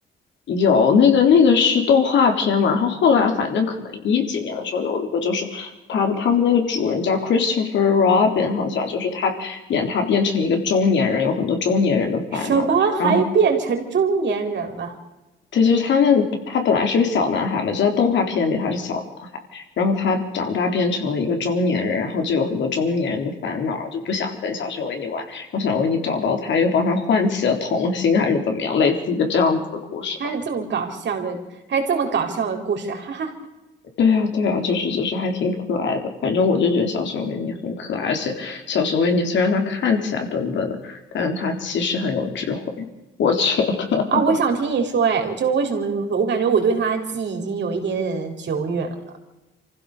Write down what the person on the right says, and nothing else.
什么还变成中年人了？
还有这么搞笑的，还有这么搞笑的故事，哈哈
啊，
我想听你说，哎，就为什么这么说？我感觉我对他的记忆已经有一点点的久远了，